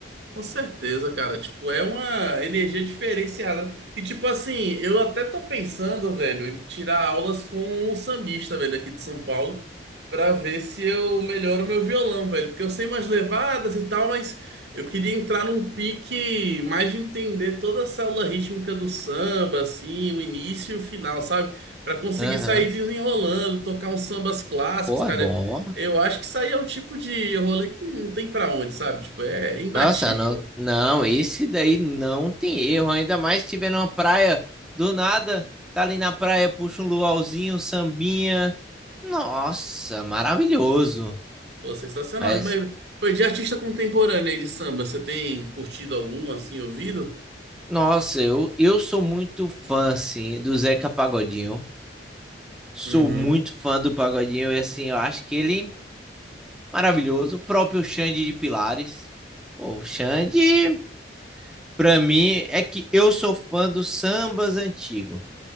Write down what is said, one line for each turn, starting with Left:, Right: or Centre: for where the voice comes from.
Right: Com certeza, cara. Tipo, é uma energia diferenciada. E, tipo assim, eu até tô pensando, velho, em tirar aulas com um sambista, velho, aqui de São Paulo, pra ver se eu melhoro meu violão, velho. Porque eu sei umas levadas e tal, mas eu queria entrar num pique mais de entender toda a célula rítmica do samba, assim, o início e o final, sabe? Pra conseguir
Centre: Aham.
Right: sair desenrolando, tocar uns sambas clássicos,
Centre: Pô,
Right: cara.
Centre: é bom.
Right: Eu acho que isso aí é um tipo de rolê que não tem pra onde, sabe? Tipo, é imbatível,
Centre: Nossa, não,
Right: velho.
Centre: não, esse daí não tem erro, ainda mais se tiver numa praia do nada, tá ali na praia, puxa um luauzinho, um sambinha. Nossa, maravilhoso.
Right: Pô, sensacional.
Centre: Mas,
Right: Mas, pô, de artista contemporâneo aí de samba, você tem curtido algum, assim, ouvido?
Centre: nossa, eu, eu sou muito fã, assim, do Zeca Pagodinho. Sou
Right: Uhum,
Centre: muito fã do Pagodinho e, assim, eu acho que ele é maravilhoso. O próprio Xande de Pilares. Pô, o Xande, pra mim, é que eu sou fã dos sambas antigos.